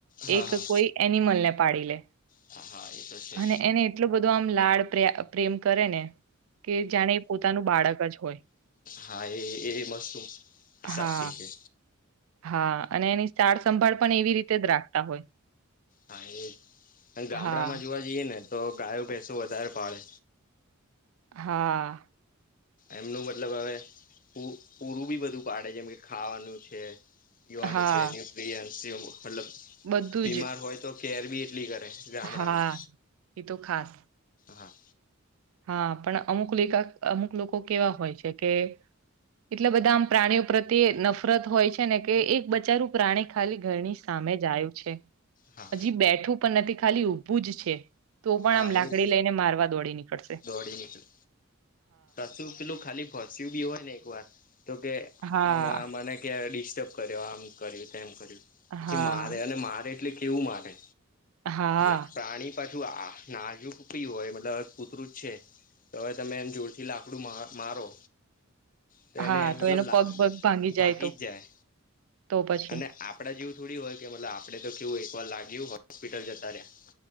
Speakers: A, on the left; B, on the right.
A: હા
B: એક કોઈ એનિમલને પાડી લે
A: હા એ તો છે.
B: અને એને એટલુ બધો આમ લાળ પ્રે પ્રેમ કરે ને કે જાણે પોતાનું બાળક જ હોય.
A: હા એ એ વસ્તુ સાચી
B: હા,
A: છે
B: હા અને એની સાળસંભાળ પણ એવી રીતે જ રાખતા હોય.
A: હા, એ અન ગામડામાં
B: હા
A: જોવા જઈએ ને તો ગાયો ભેસો વધારે પાડે.
B: હા.
A: એમનું મતલબ હવે પૂ પૂરું બી બધું પાડે જેમ કે ખાવાનું છે પીવાનું
B: હા
A: છે. ન્યુટ્રીયન્સ જેવું મતલબ
B: બધું
A: બીમાર
B: જ
A: હોય તો કેર બી એટલી કરે. ગામડામાં.
B: હા એ તો ખાસ
A: હા.
B: હા, પણ અમુક લેકા અમુક લોકો કેવા હોય છે કે એટલા બધા આમ પ્રાણીઓ પ્રત્યે નફરત હોય છે ને કે એક બચારું પ્રાણી ખાલી ઘરની સામે સામે જ આયુ છે.
A: હા
B: હજી બેઠું પણ નથી ખાલી ઊભું જ છે તો પણ
A: હા
B: આમ લાકડી
A: એ
B: લઈને મારવા દોડી નીકળશ.
A: દોડી નીકળે, કશું પેલું ખાલી ભસ્યું બી હોય ને એકવાર તો કે
B: હા,
A: આ મને કે ડિસ્ટર્બ કર્યો, આમ કર્યું, તેમ કર્યું.
B: હા,
A: પછી મારે અને મારે એટલે કેવું મારે.
B: હા,
A: ના પ્રાણી પાછું આ નાજુક બી હોય. મતલબ કુતરું જ છે તો હવે તમે એમ જોડ થી લાકડું મા મારો તો એને
B: હા,
A: મતલબ
B: એનો પગ પગ ભાંગી
A: ભાગી
B: તો
A: જ જાય.
B: તો પછી
A: અને આપડા જેવું થોડી હોય કે મતલબ આપડે તો કેવું એક વાર લાગ્યું હોસ્પિટલ જતા રહ્યા.